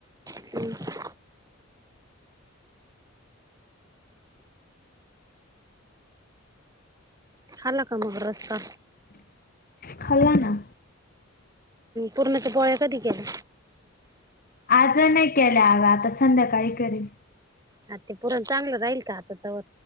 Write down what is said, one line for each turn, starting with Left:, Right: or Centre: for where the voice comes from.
Right: ह खाला का मग रस्ता
Left: खल ना
Right: पूर्णाचा पोळ्या कधी केला
Left: आज नाही केल्या अगा आता संध्याकाळी करेन
Right: आ ते पुरण चांगलं राहील का आता तवर